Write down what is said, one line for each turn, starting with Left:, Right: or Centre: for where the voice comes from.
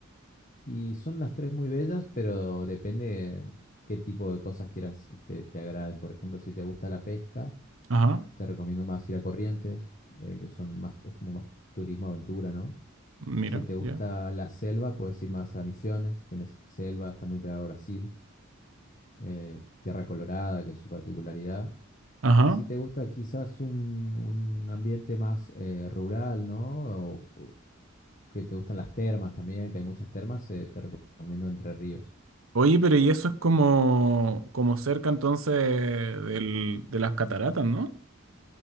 Left: Y son las tres muy bellas, pero depende qué tipo de cosas quieras que te, te agraden. Por ejemplo, si te gusta la pesca,
Right: Ajá.
Left: te recomiendo más ir a Corrientes, eh, que son más, es como más turismo aventura, ¿no?
Right: Mira,
Left: Si te gusta
Right: ya.
Left: la selva, puedes ir más a Misiones, tienes selva, está muy pegado a Brasil, eh, Tierra Colorada, que es su particularidad.
Right: Ajá.
Left: Y si te gusta quizás un, un ambiente más eh, rural, ¿no? O, o que te gustan las termas también, que hay muchas termas, eh, te recomiendo Entre Ríos.
Right: Oye, pero y eso es como, como cerca entonces del- de las cataratas, ¿no?